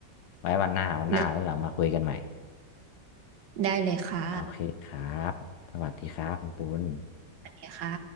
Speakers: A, on the left; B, on the right.
A: ไว้วันหน้าวันหน้าแล้วเรามาคุยกันใหม่
B: ได้ได้เลยค่ะ
A: โอเคครับสวัสดีครับคุณปุณ
B: สวัสดีค่ะ